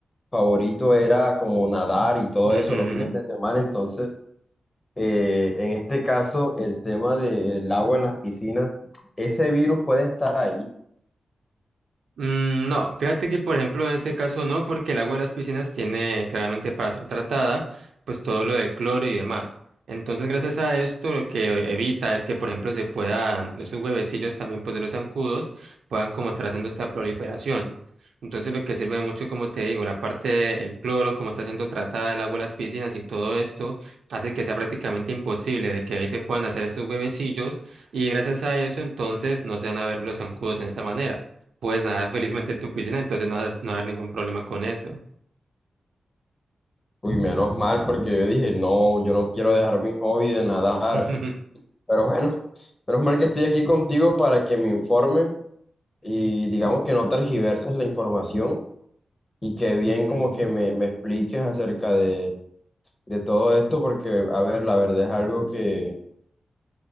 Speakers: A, on the left; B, on the right.
A: favoritos era como nadar y todo
B: Ujú.
A: eso los fines de semana, entonces... eh, en este caso, el tema del agua en las piscinas, ese virus puede estar ahí.
B: Mm, No, fíjate que por ejemplo en ese caso no, porque el agua de las piscinas tiene claramente para ser tratada, pues todo lo de cloro y demás. Entonces, gracias a esto, lo que evita es que, por ejemplo, se puedan, esos huevecillos también, pues de los zancudos, puedan como estar haciendo esta proliferación. Entonces, lo que sirve mucho, como te digo, la parte del cloro, como está siendo tratada el agua de las piscinas y todo esto, hace que sea prácticamente imposible de que ahí se puedan hacer estos huevecillos y gracias a eso, entonces, no se van a ver los zancudos en esta manera. Pues nada, felizmente en tu piscina, entonces no va a no va a haber ningún problema con eso.
A: Uy, menos mal, porque yo dije, no, yo no quiero dejar mi hobby de nadar.
B: <laughs>
A: Pero bueno, <laughs> menos mal que estoy aquí contigo para que me informe y digamos que no tergiverses la información y que bien
B: Ujú,
A: como que me, me expliques acerca de, de todo esto, porque, a ver, la verdad es algo que...